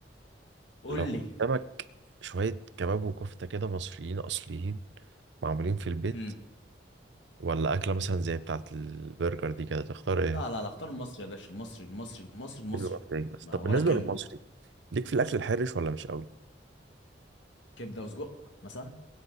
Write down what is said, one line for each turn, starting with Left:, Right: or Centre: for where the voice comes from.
Left: قول
Right: لو قدامك
Left: لي
Right: شوية كباب وكفتة كده مصريين أصليين معمولين في البيت
Left: امم
Right: ولا أكلة مثلا زي بتاعة البرجر دي كده تختار إيه؟
Left: لا لا لا اختار المصري يا باشا المصري المصري المصري المصري
Right: حلو أوي. بس
Left: ما
Right: طب
Left: ولا
Right: بالنسبة
Left: كلمة
Right: للمصري ليك في الأكل الحرش ولا مش قوي؟
Left: كبدة وسجق مثلا